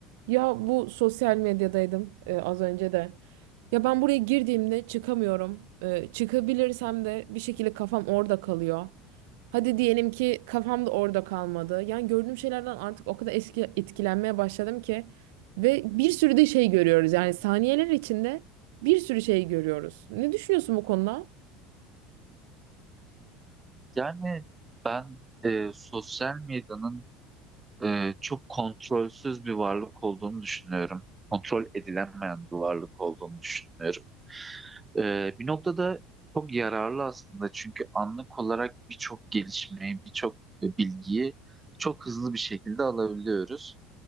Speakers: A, on the right; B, on the right.
A: Ya bu sosyal medyadaydım e, az önce de. Ya ben buraya girdiğimde çıkamıyorum. E, çıkabilirsem de bir şekilde kafam orada kalıyor. Hadi diyelim ki kafam da orada kalmadı. Yani gördüğüm şeylerden artık o kadar eski etkilenmeye başladım ki ve bir sürü de şey görüyoruz. Yani saniyeler içinde bir sürü şey görüyoruz. Ne düşünüyorsun bu konuda?
B: Yani ben e, sosyal medyanın e, çok kontrolsüz bir varlık olduğunu düşünüyorum. Kontrol edilemeyen bir varlık olduğunu düşünüyorum. E, bir noktada çok yararlı aslında çünkü anlık olarak birçok gelişmeyi, birçok e, bilgiyi çok hızlı bir şekilde alabiliyoruz.